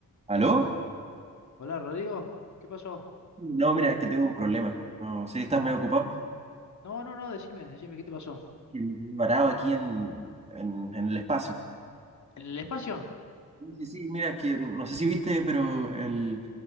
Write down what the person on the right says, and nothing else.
¿Aló?
No, mira, es que tengo un problema. No sé, estás medio ocupado.
Que me quedé varado aquí en, en, en el espacio.
Sí, sí, sí, mira, es que no sé si viste, pero el,